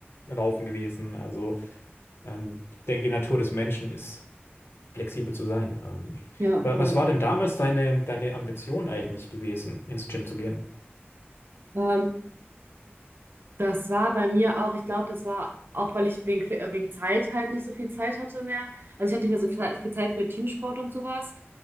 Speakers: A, on the left; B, on the right.
A: laufen gewesen. Also ähm, ich denke, die Natur des Menschen ist flexibel zu sein. Ähm,
B: Ja,
A: wa-
B: voll.
A: was war denn damals deine, deine Ambition eigentlich gewesen, ins Gym zu gehen?
B: Ähm, das war bei mir auch, ich glaube, das war auch, weil ich wegen, äh, wegen Zeit halt nicht so viel Zeit hatte mehr. Also ich hatte nicht mehr so viel, viel Zeit für Teamsport und sowas.